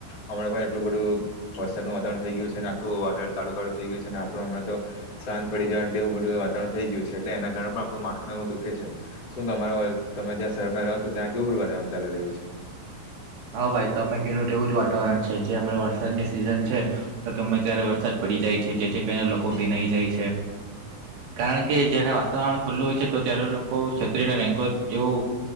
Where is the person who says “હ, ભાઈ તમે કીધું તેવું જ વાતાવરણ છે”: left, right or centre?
Right